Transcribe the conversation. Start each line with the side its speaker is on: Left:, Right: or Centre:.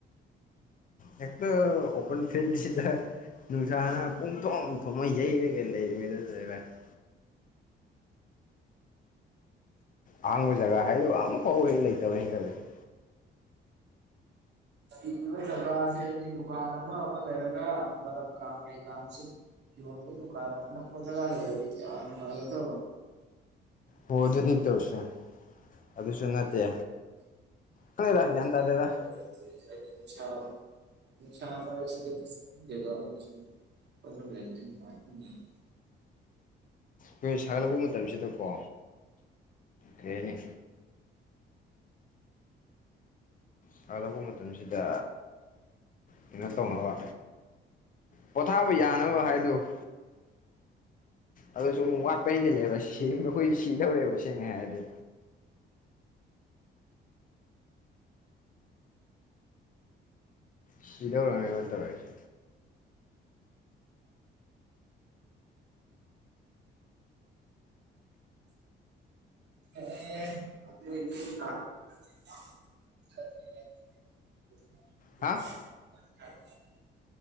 Left: ꯍꯦꯛꯇ ꯑꯣꯄꯟ ꯐꯤꯜꯁꯤꯗ ꯅꯨꯡꯁꯥꯅ ꯄꯨꯡꯊꯣꯝ ꯊꯣꯛꯃ ꯌꯩꯔꯒ ꯂꯩꯔꯤ <unintelligible> ꯑꯍꯥꯡꯕ ꯖꯒꯥ ꯍꯥꯏꯗꯨ ꯑꯃꯐꯥꯎ ꯍꯦꯛ ꯂꯩꯇꯕ <unintelligible>
Right: ꯍꯤꯡꯉꯤꯕ ꯖꯒꯥꯁꯦ ꯍꯥꯏꯗꯤ ꯗꯨꯀꯥꯟ ꯑꯃ ꯑꯃ ꯂꯩꯔꯒ ꯕꯥꯂꯞ ꯀꯥ ꯀꯩ ꯀꯥꯁꯤ ꯗꯨ ꯀꯥꯟ ꯑꯅꯥꯛꯄꯗ ꯂꯩꯔꯗꯤ ꯀꯌꯥ ꯅꯨꯉꯥꯏꯒꯗꯦ
Left: ꯍꯣ ꯑꯗꯨꯅꯤ ꯇꯧꯁꯦ ꯑꯗꯨꯁꯨ ꯅꯠꯇꯦ ꯈꯪꯗꯦꯗ
Right: <unintelligible>
Left: ꯒ꯭ꯌꯥꯟ ꯇꯥꯗꯦꯗ
Right: <unintelligible>
Left: ꯈꯣꯏ ꯁꯥꯒꯠꯂꯛꯄ ꯃꯇꯝꯁꯤꯗꯀꯣ ꯀꯩ ꯍꯥꯏꯅꯤ ꯁꯒꯠꯂꯛꯄ ꯃꯇꯝꯁꯤꯗ ꯀꯩꯅꯣ ꯇꯧꯅꯕ ꯄꯣꯊꯥꯕ ꯌꯥꯅꯕ ꯍꯥꯏꯗꯣ ꯑꯗꯣꯁꯨꯝ ꯋꯥꯠꯄ ꯍꯦꯟꯖꯤꯜꯂꯛꯑꯦꯕ ꯁꯤꯕꯅꯥ ꯈꯣꯏ ꯁꯤꯗꯧꯔꯦꯕ ꯁꯦꯡꯅ ꯍꯥꯏꯔꯗꯤ ꯁꯤꯗꯧꯔꯥꯃꯦꯕ ꯇꯧꯔꯤꯁꯦ
Right: <unintelligible> <inaudible>
Left: ꯍꯥꯥ
Right: <unintelligible>